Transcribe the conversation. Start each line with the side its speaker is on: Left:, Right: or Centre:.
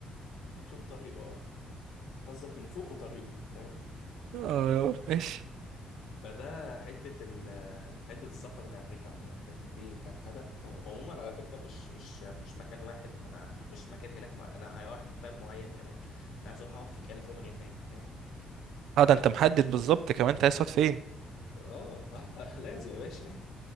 Left: <laughs> شوف طريقه اه ما- قصدك ينفخوا طريقه فاهم
Right: اه ماشي
Left: فده حتة ال حتة السفر لأمريكا عموما فاهم دي كان هدف عموما على فكرة مش مش مش مكان واحد أنا مش مكان هناك مع... أنا رايح مكان معين كمان أنا عايز أروح أقعد في كاليفورنيا هناك فاهم
Right: اه ده انت محدد بالظبط كمان انت عايز تقعد فين
Left: آه <laughs> لازم يا باشا